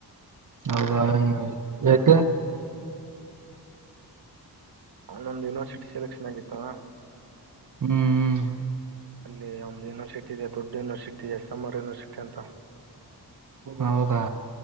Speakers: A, on the right; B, on the right.
A: ಹೌದ ಯಕ
B: ನನ್ನೊಂದು ಯುನಿವರ್ಸಿಟಿ ಸೆಲೆಕ್ಷನ್ ಆಗಿತ್ತವಾ
A: ಹ್ಮ್ ಹ್ಮ್
B: ಅಲ್ಲಿ ಒಂದು ಯೂನಿವರ್ಸಟಿ ಇದೆ ದೊಡ್ಡ university S M R university ಅಂತ
A: ಹೌದಾ